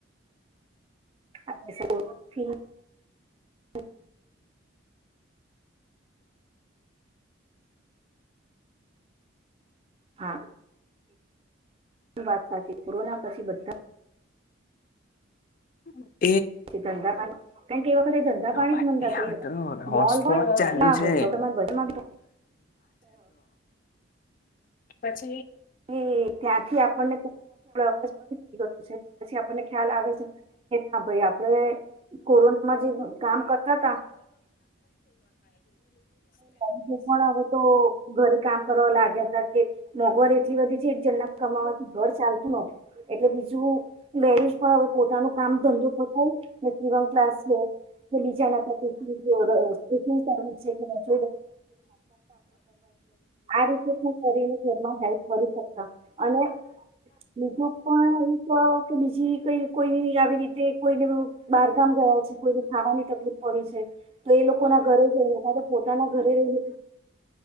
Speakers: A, on the right (about 30°); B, on the left (about 40°).
A: <inaudible> હા વાત સાચી કોરોના પછી બધા
B: <inaudible>
A: પછી ધંધા પા કારણ કે એ વખતે ધંધા પાણી
B: વાત
A: જ મંદા
B: નહી
A: થઈ
B: આવતો
A: હતા
B: હોટસ્પોટ
A: મોલ હોય
B: ચાલુ
A: કલા
B: છે
A: હોય રે બધામાં
B: પછી
A: એ ત્યાંથી આપણને કોરોના અવાજ બંધ થઈ ગયો છે પછી આપણને ખ્યાલ આવે છે કે ના ભાઈ આપડે કોરોના જે કામ કરતા તા <unintelligible> ગયું તો ઘરે કામ કરવા લાગ્યા હતા કે મોંઘવારી બીજી બધી છે એક જણ કમાવાથી ઘર ચાલતું ન એટલે બીજું લેડીસ પણ હવે પોતાનું કામ ધંધો પણ થાય <unintelligible> ક્લાસ છે <unintelligible> કરવા આ રીતે પણ કરીને ઘરમાં હેલ્પ કરી શકતા અને બીજું પણ એક કે બીજી કઈ કોઈની આવી રીતે કોઈને બારગામ ગયા છે કોઈને ખાવાની તકલીફ પડી છે તો એ લોકો ના ઘરે જઈને કાતો પોતાના ઘરે રહીને